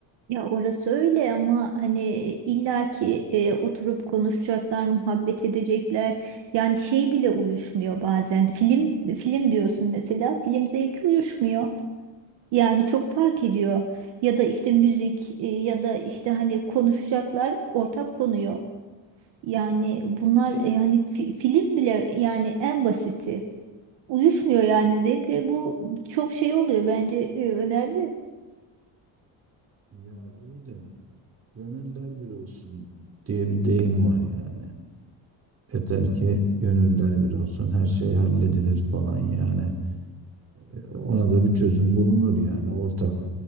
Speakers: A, on the right (about 65°); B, on the right (about 35°).
A: Ya orası öyle ama hani illaki e, oturup konuşacaklar, muhabbet edecekler. Yani şey bile uyuşmuyor bazen. Film film diyorsun mesela, film zevki uyuşmuyor. Yani çok fark ediyor. Ya da işte müzik e, ya da işte hani konuşacaklar, ortak konu yok. Yani bunlar e, hani fi- film bile yani en basiti uyuşmuyor yani zevk ve bu çok şey oluyor bence e, önemli.
B: Ya iyi de Gönüller bir olsun diye bir deyim var yani. Yeter ki gönüller bir olsun, her şey halledilir falan yani. E, Ona da bir çözüm bulunur yani. Ortak